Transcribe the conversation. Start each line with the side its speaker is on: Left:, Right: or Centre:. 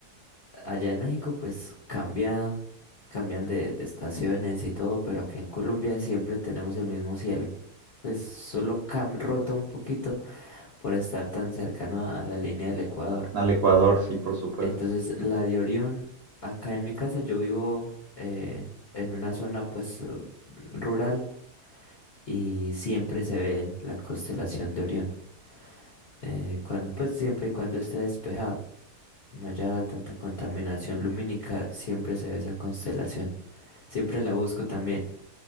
Left: allá en México pues cambia, cambian de, de estaciones y todo, pero aquí en Colombia siempre tenemos el mismo cielo. Pues solo cam rota un poquito por estar tan cercano a, a la línea del Ecuador.
Right: Al Ecuador, sí, por supuesto.
Left: Entonces la de Orión, acá en mi casa yo vivo eh, en una zona pues rural y siempre se ve la constelación de Orión, eh, cuando, pues siempre y cuando esté despejado. y no haya tanta contaminación lumínica, siempre se ve esa constelación. Siempre la busco también.